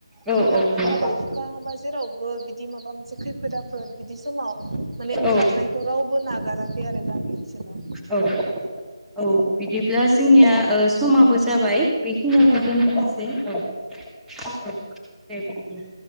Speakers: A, in the centre; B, on the right.
A: औ
B: अब्लाबो
A: औे नंगौ
B: हाबा हुखा जेरावबो बिदि माबा मोनसे खैफोद आफोद बिदि समाव माने
A: औ
B: ओंखारनायखौ रावबो नागाराखै आरो गामि ओनसोलाव
A: औ औ बिदिब्ला जोंनिया ओ समाबो जाबाय। बेखिनियावनो
B: औ
A: दोन्थनोसै औ औ औ दे बिदिब्ला।